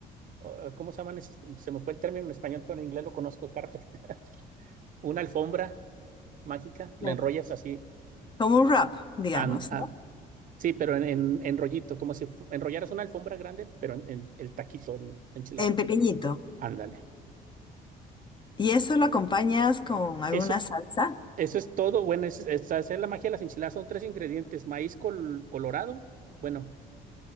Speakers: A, on the right; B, on the left.
A: uh, ¿cómo se llaman? esos? Se me fue el término en español, pero en inglés lo conozco, carpet. <laughs> Una alfombra mágica, la
B: Claro.
A: enrollas así,
B: Como un wrap, digamos,
A: an- a-
B: ¿no?
A: sí, pero en, en, en rollito, como si enrollaras una alfombra grande, pero en, en el taquito, el enchilada.
B: En pequeñito.
A: Ándale.
B: ¿Y eso lo acompañas con alguna
A: Eso,
B: salsa?
A: eso es todo. Bueno, es, esa es la magia de las enchiladas. Son tres ingredientes: maíz col- colorado, bueno,